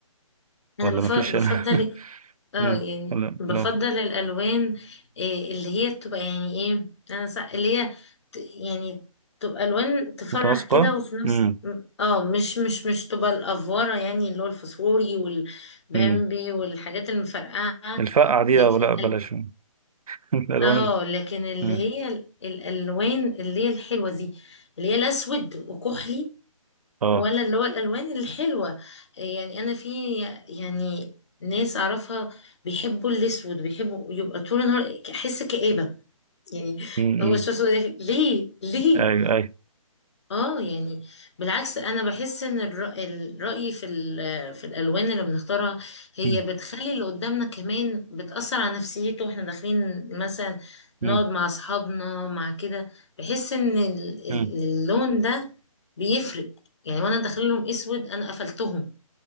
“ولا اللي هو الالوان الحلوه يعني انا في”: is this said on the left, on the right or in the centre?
Left